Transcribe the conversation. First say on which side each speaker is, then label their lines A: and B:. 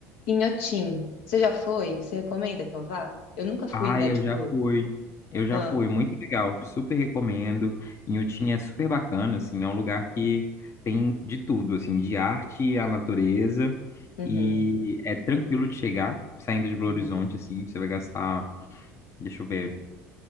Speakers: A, on the left; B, on the left.
A: Inhotim. Você já foi? Você recomenda que eu vá? Eu nunca fui,
B: Ai,
A: né? Tipo,
B: eu já fui. Eu já
A: ah,
B: fui, muito legal. Super recomendo. Inhotim é super bacana, assim, é um lugar que tem de tudo, assim, de arte à natureza.
A: uhum,
B: E é tranquilo de chegar, saindo de Belo
A: uhum.
B: Horizonte, assim, você vai gastar, deixa eu ver,